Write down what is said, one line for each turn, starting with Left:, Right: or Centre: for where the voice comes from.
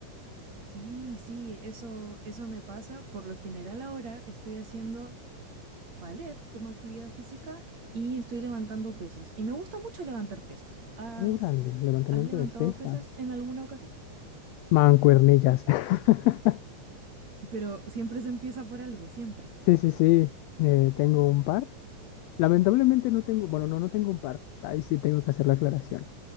Right: Sí, sí, eso, eso me pasa. Por lo general ahora estoy haciendo ballet como actividad física y estoy levantando pesas. Y me gusta mucho levantar pesas. ¿Has,
Left: Órale, levantamiento
Right: has levantado
Left: de pesas.
Right: pesas en alguna ocasión?
Left: Mancuernillas. <laughs>
Right: Pero siempre se empieza por algo, siempre.
Left: Sí, sí, sí, eh, tengo un par. Lamentablemente no tengo, bueno, no, no tengo un par. O sea, ahí sí tengo que hacer la aclaración.